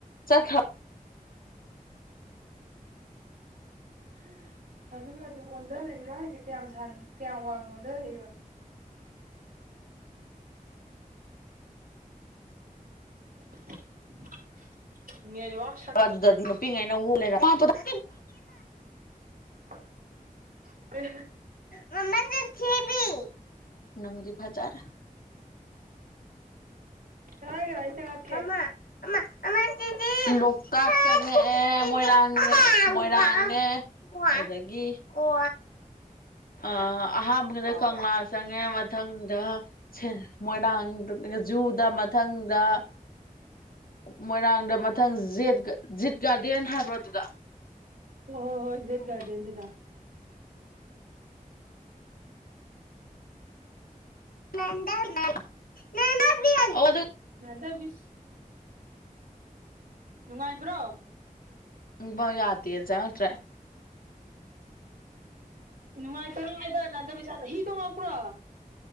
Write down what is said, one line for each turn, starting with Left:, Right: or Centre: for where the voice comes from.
Left: ꯆꯠꯈ꯭ꯔꯕ <inaudible>
Right: <unintelligible> ꯑꯗꯨꯒ ꯑꯗꯨꯝ ꯑꯣꯟꯗꯔꯛꯏꯔꯣ ꯍꯥꯏꯁꯦ ꯀꯌꯥꯝ ꯁꯥꯟ ꯀꯌꯥꯝ ꯋꯥꯡꯅ ꯑꯣꯟꯗꯔꯛꯏꯕ <unintelligible> ꯅꯦꯠꯋꯥ꯭ꯔꯛ
Left: <unintelligible> ꯑꯗꯨꯗꯗꯤ ꯅꯨꯄꯤꯉꯩꯅ ꯋꯣꯛ ꯂꯩꯔꯝꯃꯦ <inaudible>
Right: <unintelligible> ꯀꯩ
Left: ꯃꯥꯃꯥ ꯁꯛꯊꯤꯕꯤ ꯅꯪꯗꯤ ꯐꯖꯥꯔꯦ
Right: <unintelligible>
Left: ꯃꯃꯥ ꯃꯥ ꯑꯃꯥ ꯁꯤꯖꯤ ꯂꯣꯛꯇꯥꯛ ꯆꯪꯉꯛꯑ ꯃꯣꯏꯔꯥꯡ <unintelligible> ꯃꯣꯏꯔꯥꯡꯅꯦ <unintelligible> ꯑꯗꯥꯒꯤ <unintelligible> ꯑ ꯑꯍꯟꯕꯒꯤꯗꯥ ꯀꯪꯂꯥ ꯆꯪꯉꯛꯑꯦ ꯃ ꯃꯊꯪꯗ ꯁꯦꯟ ꯃꯣꯏꯔꯥꯡ <unintelligible> ꯖꯨꯗ ꯃꯊꯪꯗ ꯃꯣꯏꯔꯥꯡꯗ ꯃꯊꯪ ꯖꯦꯠ ꯖꯤꯠ ꯒꯥꯔꯗꯦꯟ ꯍꯥꯏꯕ꯭ꯔꯣ ꯑꯗꯨꯗꯣ
Right: ꯍꯣꯏ ꯍꯣꯏ ꯍꯣꯏ ꯖꯦꯠ ꯒꯥꯔꯗꯦꯟꯗꯨꯗ
Left: <unintelligible> ꯑꯣ ꯑꯗꯨ
Right: ꯅꯥꯟꯗꯕꯤꯁ ꯅꯨꯡꯉꯥꯏꯕ꯭ꯔꯣ
Left: ꯇꯨꯝꯕꯥ ꯌꯥꯗꯦꯅ ꯆꯪꯉꯛꯇꯔꯦ
Right: ꯅꯨꯡꯉꯥꯏꯇꯔꯣ ꯍꯥꯏꯕꯥ ꯅꯟꯗꯕꯤ ꯁꯥꯟꯅꯥ ꯍꯤ ꯇꯣꯡꯉꯛꯄ꯭ꯔꯣ